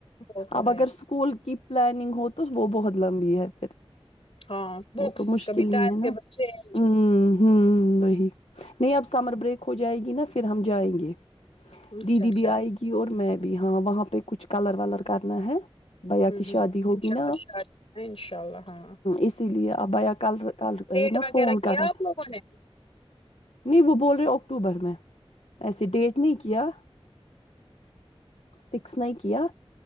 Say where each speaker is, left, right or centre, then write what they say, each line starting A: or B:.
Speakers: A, on the left (about 65°); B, on the left (about 85°).
A: وہ تو
B: اب
A: ہے
B: اگر اسکول کی پلاننگ ہو تو وہ بہت لمبی ہے پھر
A: ہاں بکس
B: وہ تو مشکل
A: کبھی ٹائم
B: ہی ہے نا
A: ٹیبل چینج
B: ہ ہ ہی نہیں اب سمر بریک ہو جائے گی نا پھر پھر ہم جائیں گے
A: اچھا
B: دیدی
A: اچھا
B: بھی آئے گی اور میں اب ہاں وہاں پہ کچھ کلر ولر کرنا ہے بیا
A: ہوں
B: کی
A: ہوں
B: شادی ہوگی
A: انشاء
B: نا
A: اللہ
B: آپ
A: شاید
B: ہ
A: ہے انشاء اللہ ہاں
B: اسی لیے اپ بیا کل ک رہے
A: ڈیٹ
B: نا
A: وغیرہ
B: فون
A: کیا
B: کرا
A: آپ
B: تھا
A: لوگوں نے
B: نہیں وہ بول رہے ہو اکٹوبر میں ایسے ڈیٹ نہیں کیا فکس نہیں کیا